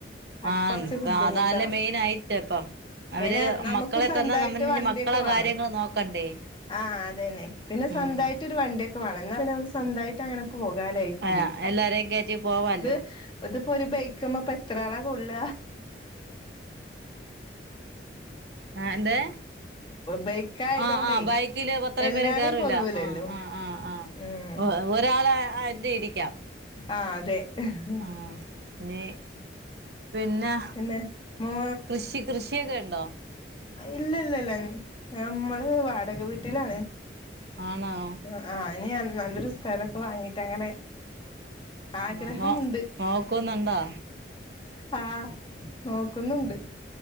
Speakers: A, on the left; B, on the right.
A: അക്കെ
B: ആഹപ്പ
A: കൊറച്ച് ബുദ്ധിമുട്ടാവും
B: അതല്ല മെയിൻ ആയിട്ട് ഇപ്പം
A: പിന്നെ
B: അവര്
A: നമുക്ക്
B: മക്കളെ
A: സ്വന്തായിട്ട്
B: തന്നാ നമ്മ
A: വണ്ടിയൊക്കെ
B: ഇ മക്കളെ
A: വേണം
B: കാര്യങ്ങള്ൾ നോക്കണ്ടേ
A: ആഹ് അതന്നെ പിന്നെ
B: ഉം
A: സ്വന്തമായിട്ട് ഒരു വണ്ടിയൊക്കെ വേണംന്ന് പറഞ്ഞ ന സ്വന്തമായിട്ട് അങ്ങനെ പോകാലായിക്കൂടി
B: ആഹ് എല്ലാരെയും കയറ്റി പോവാല്ലോ
A: ഇത് ഇത് ഇപ്പൊ ഒരു ബൈക്ക്മ്മ പോപ്പ എത്രാളാ കൊള്ള
B: ആഹ എന്താ
A: ബൈക്കായതോണ്ടേ
B: ആഹ ആഹ ബൈക്കില് ഇപ്പത്രയും
A: എല്ലാരിം
B: പേരും കേയറില്ല
A: കൊള്ളൂലല്ലോ
B: ആ ആ് ആ ആ ആഹ
A: ഉം
B: ഒരാള ഇത് ഇരിക്കാം
A: ആഹ അതെ ഉം
B: ആഹ് ഇനി പിന്നെ
A: പിന്നെ മ
B: കൃഷി കൃഷിയൊക്കെ ഉണ്ടോ
A: ഇല്ല ഇല്ലല്ല നമ്മള് വാടക വീട്ടിലാണ്
B: ആണോ
A: ആ ആഹ് ഇനി നല്ലൊരു സ്ഥലൊക്കെ വാങ്ങീട്ട് അങ്ങനെ ആഗ്രഹമുണ്ട്
B: ആ നോ നോക്കുന്നുണ്ടോ
A: ആഹ നോക്കുന്നുണ്ട്